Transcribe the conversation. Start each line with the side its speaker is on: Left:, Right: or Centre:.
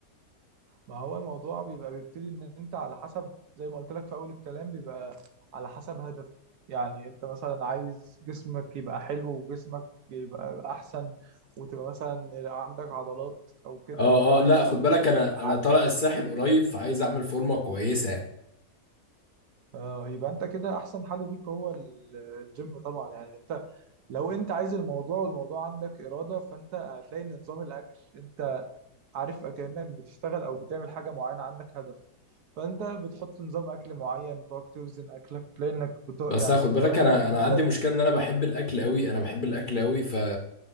Right: ما هو الموضوع بيبقى بيبتدي ان انت على حسب زي ما قلت لك في اول الكلام بيبقى على حسب هدف يعني انت مثلا عايز جسمك يبقى حلو وجسمك يبقى احسن وتبقى مثلا عندك عضلات او كده
Left: اه
Right: او عايز
Left: اه لا
Right: مثلا
Left: خد
Right: جسمك
Left: بالك انا
Right: يبقى
Left: انا
Right: عادي
Left: طالع الساحل قريب فعايز اعمل فورمه كويسه
Right: اه يبقى انت كده احسن حل ليك هو ال- الجيم طبعا يعني انت لو انت عايز الموضوع والموضوع عندك اراده فانت هتلاقي ان نظام الاكل انت عارف كأنك بتشتغل او بتعمل حاجة معينة عندك هدف فانت بتحط نظام اكل معين تقعد توزن اكلك لانك بت...
Left: بس
Right: يعني
Left: آه، خد بالك
Right: كمان
Left: انا انا
Right: ميزة
Left: عندي مشكله ان انا بحب الاكل قوي انا بحب الاكل قوي ف